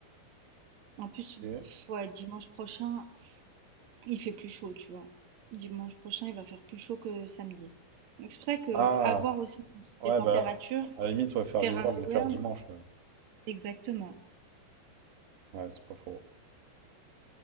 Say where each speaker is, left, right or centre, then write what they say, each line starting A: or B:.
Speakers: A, on the right; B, on the right.
A: En plus,
B: Ok.
A: ouais, dimanche prochain, il fait plus chaud, tu vois. Dimanche prochain, il va faire plus chaud que samedi. Donc, c'est pour ça que
B: Ah.
A: avoir aussi
B: Ouais,
A: des températures,
B: bah, à la limite, ouais, faire
A: Ferrari
B: Reworld, le faire
A: World,
B: dimanche. Ouais,
A: exactement.
B: Ouais, c'est pas faux.